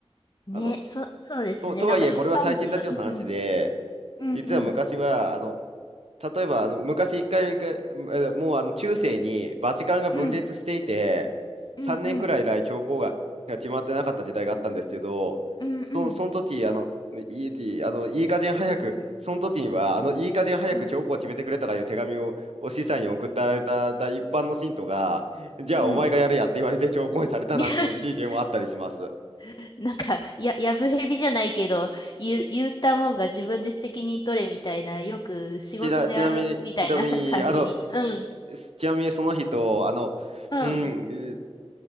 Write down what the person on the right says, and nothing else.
あの
と、とはいえ、
これは最近たちの話で、
実は昔は、あの、例えば、あの、昔一回、一回えーもう、あの、中世にバチカンが分裂していて、
3年くらい以来教皇が、が決まってなかった時代があったんですけど、
そ、その時、あの、いい、あの、いい加減早く、その時には、あの、いい加減早く教皇を決めてくれとかいう手紙を、
を司祭に送ったたた一般の信徒が、じゃあお前がやれやって言われて教皇にされたなんていう事件もあったりします。
ちな、<laughs> ちなみに、ちなみに、
あの、
ちなみにその人、あの、
うん、